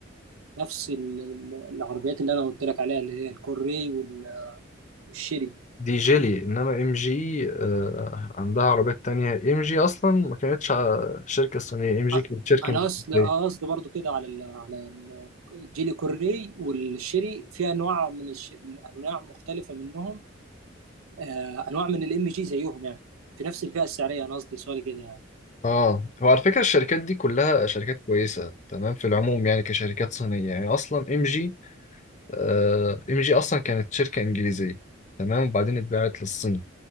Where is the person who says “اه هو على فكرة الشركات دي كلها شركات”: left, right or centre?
Left